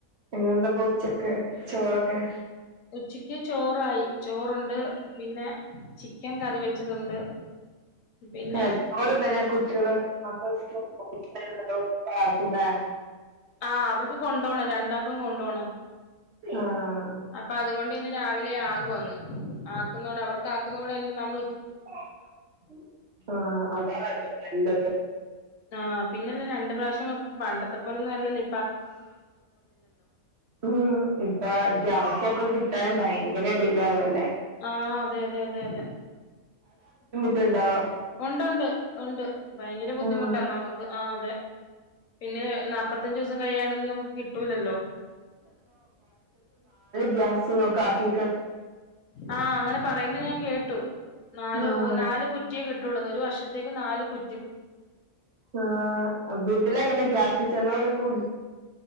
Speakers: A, on the right; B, on the left.
A: പിന്നെന്താപ്പൊ ഉച്ചക്ക് ചോറൊക്കെ?
B: ഉച്ചക്ക് ചോറായി ചോറുണ്ട് പിന്നെ ചിക്കൻ കറി വെച്ചതുണ്ട് പിന്നെ
A: ആ ചോറ് <unintelligible> കുട്ടികള് മക്കള് <unintelligible> ആക്കുലേ
B: ആ അവർക്ക് കൊണ്ടു പോണം രണ്ടാക്കും കൊണ്ടു പോണം
A: ആഹ്
B: അപ്പൊ അതുകൊണ്ട് പിന്നെ രാവിലെ ആ ക്കുവങ്ങ് ആക്കുന്നോണ്ട് അവർക്കാക്കുന്നോടെ എൽ നമ്മ
A: ആഹ് <unintelligible>
B: ആഹ് പിന്നെല്ല രണ്ട് പ്രാശ്യം വെപ്പ് പണ്ടത്തെ പോലൊന്നും അല്ലല്ലോ ഇപ്പ്
A: ഉം ഇപ്പൊ ഗ്യാസൊക്കെ കിട്ടാൻ ഭയങ്കര ഡെയ് ല്ലെ അതല്ലേ
B: ആ അതെ അതെ അതെ അതെ
A: ട്ട്ണ്ടോ.
B: ഉണ്ട്ണ്ട് ഉണ്ട്. ഭയങ്കര ബുദ്ധിമുട്ടാ.
A: ആഹ്
B: നമുക്ക്. ആ അതെ പിന്നേ നാപ്പത്തഞ്ച് ദിവസം കഴ്യാണ്ടൊന്നും നംക്ക് കി ട്ടൂലല്ലോ
A: ഗ്യാസ് ന്നൊക്കാക്കി
B: ആ അങ്ങനെ പറയുന്നെ ഞാൻ കേട്ടു. നാലോ
A: ആഹ്
B: ഒ നാൽ കു റ്റിയെ കിട്ടുള്ളൂന്ന് ഒരു വർഷത്തേക്ക് നാല് കു
A: ആ വീട്ടിലെങ്ങനെ ഗ്യാസ് ചെലവൊക്കെ കൂ